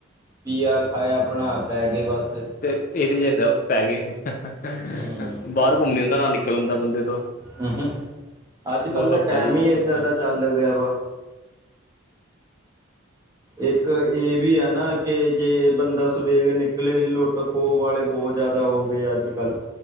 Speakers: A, on the right; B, on the left.
A: ਪੀਆ, ਖਾਇਆ ਆਪਣਾ। ਪੈ ਗਏ ਬਸ।
B: ਤੇ ਏ ਸੀ 'ਚ' ਸਭ ਪੈ ਗਏ। ਬਾਹਰ
A: ਹੂੰ
B: ਘੁੰਮਣ ਨੀ ਹੁੰਦਾ ਨਾ ਨਿਕਲ ਹੁੰਦਾ ਬੰਦੇ ਤੋਂ।
A: ਹਮ, ਅੱਜ-ਕੱਲ੍ਹ
B: ਬਹੁਤ
A: ਦਾ
B: ਔਖਾ
A: ਟੈਮ
B: ਜੀ ਬਹੁਤ
A: ਹੀ ਏਦਾਂ
B: ਔਖਾ
A: ਦਾ ਚੱਲ ਗਿਆ ਵਾ। ਇੱਕ ਇਹ ਵੀ ਆ ਨਾ ਕਿ ਜੇ ਬੰਦਾ ਸਵੇਰੇ ਨਿਕਲੇ ਲੁੱਟ- ਖੋਹ ਵਾਲੇ ਬਹੁਤ ਜ਼ਿਆਦਾ ਹੋਗੇ, ਅੱਜ-ਕੱਲ੍ਹ।